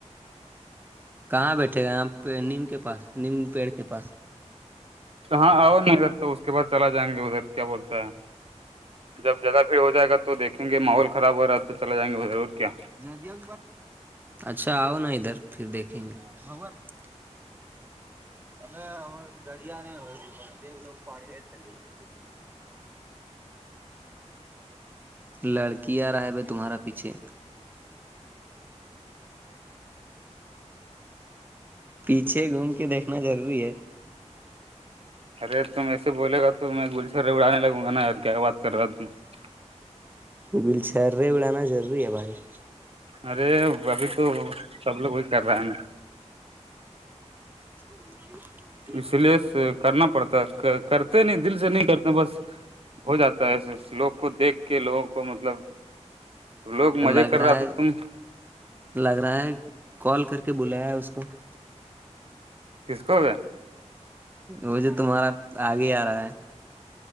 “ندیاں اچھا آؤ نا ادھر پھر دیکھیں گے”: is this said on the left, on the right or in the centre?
Right